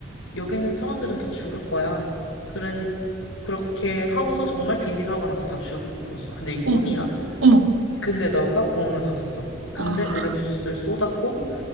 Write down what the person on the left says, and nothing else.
여기 있는 사람들은 다 죽을 거야. 그런 그렇게 하고서 정말 비행기 사고가 나서 다 죽었어. 근데 이
꿈이야.
근데 너가 공항을 갔어. 근데
오렌지 주스를 쏟았고